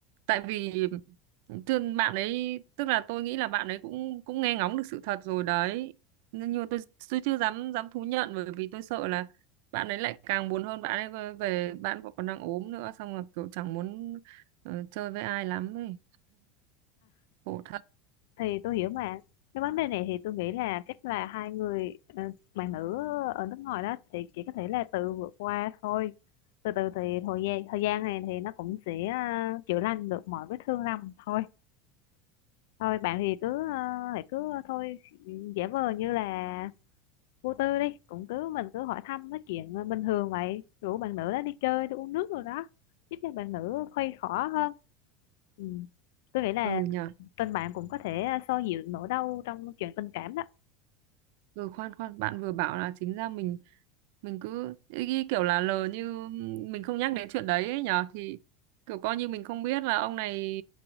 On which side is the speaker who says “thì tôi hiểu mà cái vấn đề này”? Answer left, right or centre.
Left